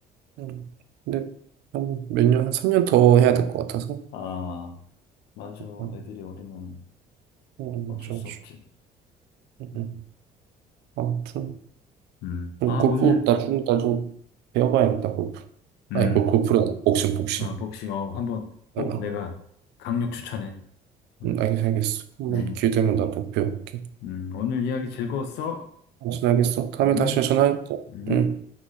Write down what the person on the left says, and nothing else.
아, 맞아.
애들이 어리면
어쩔
수
없지.
음,
음.
아,
오늘,
음.
어, 복싱, 어, 한번 꼭
내가 강력 추천해. 음,
어, 꼭
음,
음, 오늘 이야기 즐거웠어?
음,
음.